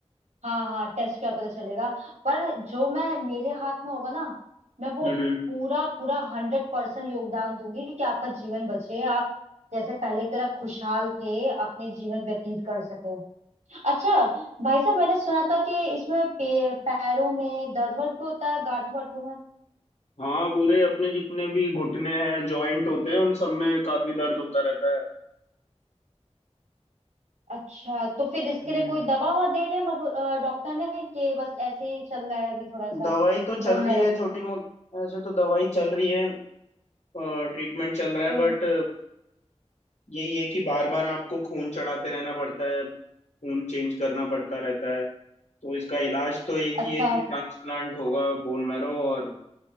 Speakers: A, on the right; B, on the left.
A: हाँ हाँ टेस्ट क्या पता चलेगा पर जो मैं मेरे हाथ में होगा ना मैं वो
B: हम्म हम्म।
A: पूरा पूरा हंड्रेड परसेंट योगदान दूंगी कि आपका जीवन बचे आप जैसे पहले की तरह खुशहाल थे अपने जीवन व्यतीत कर सके अच्छा भाई साहब मैंने सुना था कि इसमें पे, पैरों में दर्द वर्द भी होता है गांठों वाठों में
B: हाँ पूरे अपने जितने भी घुटने हैं जॉइंट होते हैं उन सब में काफी दर्द होता रहता है
A: अच्छा तो फिर इसके
B: हम्म।
A: लिए कोई दवा वा दे रहे हैं मग अ, डॉक्टर ने कि बस ऐसे ही चल रहा है अभी थोड़ा सा
B: दवाई तो
A: बोन
B: चल रही
A: नैरो
B: है
A: के
B: छोटी मोटी ऐसे तो दवाई चल रही है ट्रीटमेंट चल रहा है
A: हम्म
B: बट यही है कि बार बार आपको खून चढ़ाते रहना पड़ता है खून चेंज करना पड़ता रहता है तो इसका इलाज तो एक
A: अच्छा
B: ही है कि ट्रांसप्लांट होगा बोन मैरो और